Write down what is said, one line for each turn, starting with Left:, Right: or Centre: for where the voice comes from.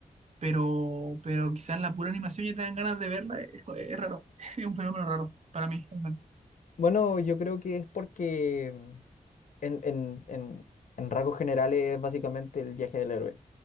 Right: Pero, pero quizás la pura animación ya te dan ganas de verla, es, es raro, <laughs> es un fenómeno raro, para mí, al menos.
Left: bueno, yo creo que es porque En, en, en, en rasgos generales es básicamente el viaje del héroe.